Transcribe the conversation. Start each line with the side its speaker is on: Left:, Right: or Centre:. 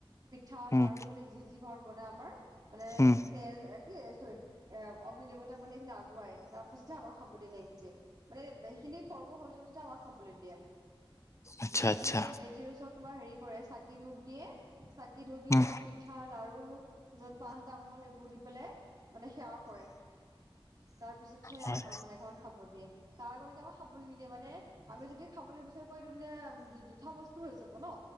Right: পিঠা
Left: উম
Right: লাৰু মানে যি, যি, ঘৰত বনাই আমাৰ মানে
Left: উম
Right: তেল কি চৰি এ, অগ্নিদিয়মতাক মানে এইখিনি আগুৱাই তাৰ পাছতহে আমাৰ খাব দিয় নেক্সট ড মানে এইখিনি পৰ্ব হৈ যোৱাৰ পাছত আমাক খাবলৈ দিয়ে।
Left: আচ্ছা আচ্ছা
Right: মানে মেজিৰ ওচৰত তোমাৰ হেৰি কৰে চাকি, ধূপ দিয়ে। কি ধূপ দি
Left: উম
Right: তোমাৰ পিঠা লাৰুত, পাণ তামোল এইবোৰ দি পেলাই মানে সেৱা কৰে। তাৰপিছতহে
Left: হয়
Right: আমাৰ মানে ঘৰ খাব দিয়ে। তাৰ আগলৈকে আমাক খাবলৈ নিদিয়ে মানে আমি যদি খাবলৈ বিচাৰ কৰি ত মানে জোঠা বস্তু হৈ যাব ন,